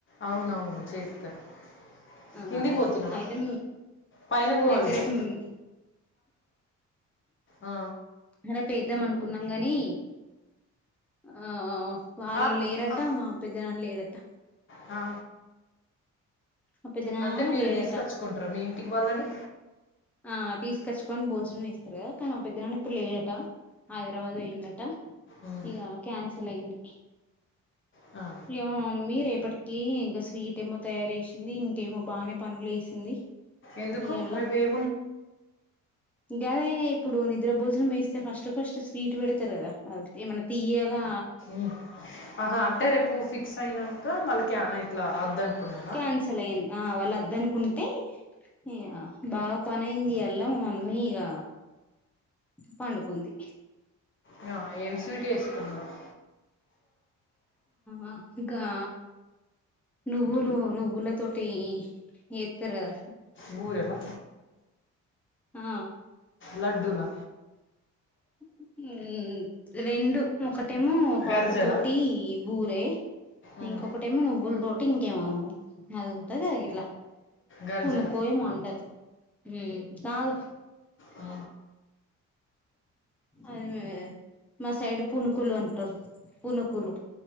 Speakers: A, on the left (about 40°); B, in the centre.
A: అవునవును చేత్తరు
B: ఆ
A: కిందీక్ పోతున్నావా
B: అయితే
A: పైన పోవాల్నేను
B: అయితే రేపు
A: ఆ
B: మన పేద్దం అనుకున్నాం గాని ఆ వాళ్ళు
A: ఆ,
B: లేరట
A: ఆ.
B: మా పెద్దనాన్ లేరట
A: ఆ
B: మా పెద్దనాన్న
A: అంటే మీరు
B: లేడట
A: తీస్కచ్చుకుంటార మీ ఇంటికి వాళ్ళని
B: ఆ తీస్కచ్చుకొని భోజనం ఇస్తర్ కాదా మా పెద్దనాన ఇప్పుడు లేరట హైదరాబాద్ వోయిన్డట
A: ఉమ్,
B: ఇగ క్యాన్సల్ అయింది
A: అ
B: ఇయ మా మమ్మీ రేపట్కీ గ స్వీట్ ఏమో తయార్ చేసింది ఇంకేమో బానే పనులు చేసింది
A: ఎందుకు
B: ఇయల్లా
A: రేప్ ఏమున్నది
B: గదే ఇప్పుడు నిద్ర భోజనం ఏస్తే ఫస్ట్ ఫస్ట్ స్వీట్ పెడ్తార్ అ ఏమైన్నా తియ్యగా
A: మ్ ఆహా అంటే రేపు ఫిక్స్ అయింన్కా మళ్ళ క్యా ఇట్ల అద్దనుకున్నా
B: క్యాన్సల్ అయింద్ ఆ వాళ్ళందన్ టై ఇయ బాగా పనియింది అల్లా మా మమ్మీ ఇయ పండుకుంది
A: య ఎం స్వీటీ ఎస్కున్నావ్
B: ఆ గా నువ్వులు నువ్వుల తోటి ఎత్తారు కదా
A: బురెలా
B: ఆ
A: లాడ్డూల
B: ఉమ్ రెండు ఒకటేమో పప్పు
A: గర్జల
B: తోటి బురే
A: ఉమ్,
B: ఇంకొకట ఏమో నువ్వుల తోటి ఇంకేమో అది ఉంటంది కదా గిట్లా
A: గర్జల
B: పూనుకో ఏమోంటారు ఉమ్ కాదు
A: ఆ
B: అది మా మా సైడ్ పూనుకులు అంటారు పూనుకులు